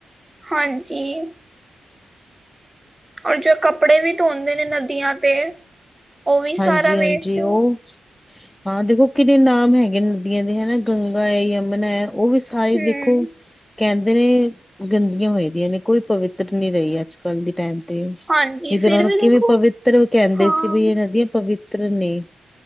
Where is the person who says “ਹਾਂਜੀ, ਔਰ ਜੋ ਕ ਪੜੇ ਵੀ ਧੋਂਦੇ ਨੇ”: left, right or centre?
Right